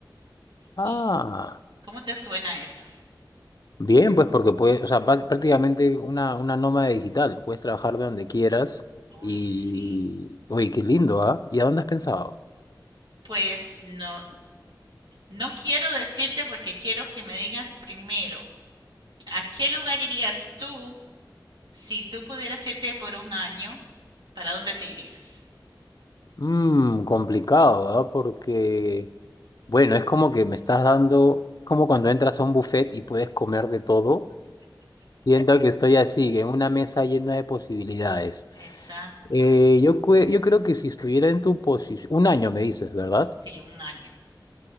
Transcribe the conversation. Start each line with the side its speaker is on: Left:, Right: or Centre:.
Left: Ah,
Right: ¿Y cómo te suena eso?
Left: bien, pues porque puedes, o sea, vas- prácticamente una, una nómada digital. Puedes trabajar de donde quieras
Right: Uy,
Left: y...
Right: sí.
Left: Oye, qué lindo, ¿ah? ¿Y a dónde has pensado?
Right: Pues no, no quiero decirte porque quiero que me digas primero, ¿a qué lugar irías tú si tú pudieras irte por un año? ¿Para dónde te irías?
Left: Mmm, complicado, ¿ah? Porque, bueno, es como que me estás dando, es como cuando entras a un buffet y puedes comer de todo. Siento que estoy así, en una mesa llena de posibilidades.
Right: Exacto,
Left: Eh, yo, cue- yo creo que si estuviera en tu posición, un año me dices, ¿verdad?
Right: sí, un año.